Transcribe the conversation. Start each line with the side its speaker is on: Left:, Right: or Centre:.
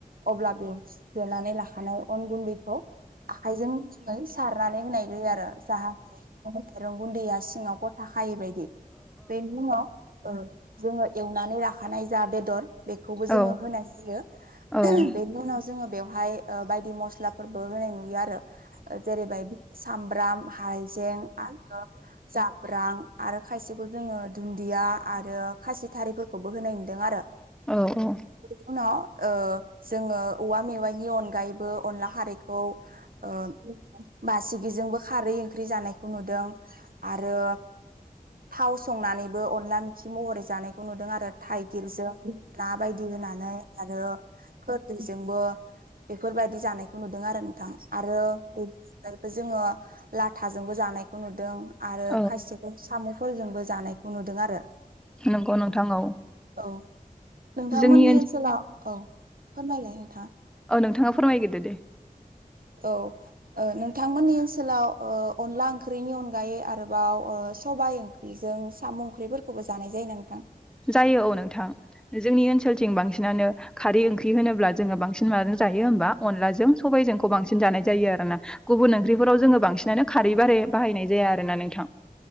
Right: अब्ला बेव देनानै लाखानाय अन गुन्दैखौ आखाइजों जोङै सारनानै होनाय जायो आरो जाहाथे माइरं गुन्दैया सिङाव गथा खायै बदि बेनि उनाव जोङो एवनानै लाखानाय जा बेदर बेखौबो
Centre: औ
Right: जोङो होनाय जायो
Centre: औ
Right: बेनि उनाव जों जोङो बेवहाय ओ बायदि मस्लाफोरबो होनाय नुयो आरो। जेरैबायदि सामब्राम हायजें आरो जा ब्रां आरो खायसेखौ जोङो दुन्दिया आरो खासि थारिफोरखौबो होनाय नुदों आरो।
Centre: औ औ।
Right: बेनि उनाव ओ जोङो औवा मेवाइनि अनगायैबो अनला खारैखौ ओ बासिगिजोंबो खारै ओंख्रि जानायखौ नुदों आरो थाव संनानैबो अनला मेखि महरै जानायखौ नुदों आ रो थाइगिरजों ना बायदि होनानै आरो खोरदै जोंबो बेफोरबायदि जानायखौ नुदों आरो नोंथां आरो <unintelligible> जोङो लाथाजोंबो जानायखौ नुदों आरो
Centre: औ
Right: खायसेफोर साम' जोंबो जानायखौ नुदों आरो।
Centre: नंगौ नोंथां औ।
Right: औ नोंथांमोननि
Centre: जोंनि ओनसोल
Right: ओनसोलाव औ फोरमायलाय नोंथाङा।
Centre: औ नोंथाङा फोरमायग्रदो दे।
Right: औ ओ नोंथांमोननि ओनसोलाव ओ अनला ओंख्रिनि अनगायै आरोबाव ओ सबायाइ ओंख्रिजों साम' ओंख्रिफोरखौबो जानाय जायो ना नोंथां?
Centre: जायो औ नोंथां, जोंनि ओनसोलथिं बांसिनानो खारै ओंख्रि होनोब्ला जोङो बांसिन माजों जायो होनब्ला अनलाजों सबायजोंखौ बांसिनै जानाय जायो आरो ना। गुबुन ओं ओंख्रिफोराव जोङो बांसिनानो खारै बारे बाहायनाय जाया आरो ना नोंथां।